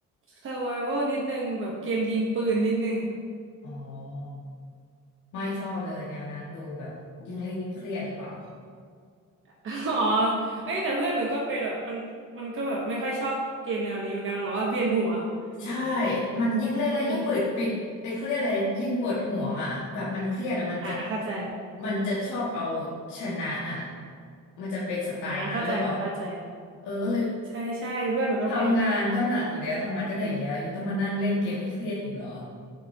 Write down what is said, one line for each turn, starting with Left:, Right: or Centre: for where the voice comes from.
Right: survival นิดนึงแบบเกมยิงปืนนิดนึง
Left: อ๋อไม่ชอบเลยแนวนั้นดูแบบยิ่งเล่นยิ่งเครียดหรือเปล่า
Right: <laughs> อ๋อเอ้ยแต่เพื่อนหนูก็เป็นแบบมันมันก็แบบไม่ค่อยชอบเกมแนวนี้เหมือนกันมันบอกว่าเวียนหัว
Left: ใช่
Right: แบบนี้
Left: มันยิ่งเล่นเลยยิ่งปิดปิดไอ้ยเขาเรียกอะไรยิ่งปวดหัวอ่ะแบบมันเครียดอ่ะมันจะ
Right: ไม่ค่อยอ่าเข้าใจ
Left: มันจะชอบเอาชนะอ่ะมันจะเป็นสไตล์นั้นหรือเปล่า
Right: อ่าเข้าใจค่ะเข้าใจ
Left: เออก็เลย
Right: ใช่ใช่เพื่อนหนูก็เป็น
Left: ทำงานก็หนักอยู่แล้วทำงานก็เหนื่อยอยู่แล้วยังต้องมานั่งเล่นเกมให้เครียดอีกเหรอ